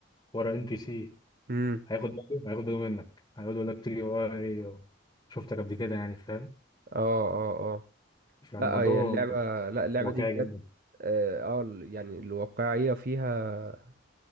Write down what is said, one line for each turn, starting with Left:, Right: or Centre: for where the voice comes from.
Left: ورا ان بي سي
Right: امم
Left: هياخد باله هياخد باله منك هيقعد يقول لك تيجي ورا ايه شفتك قبل كده يعني فاهم؟
Right: اه اه اه
Left: فالموضوع
Right: لا هي اللعبة لا اللعبة
Left: واقعي
Right: دي بجد
Left: جدا
Right: اه آه، ال- يعني الواقعية فيها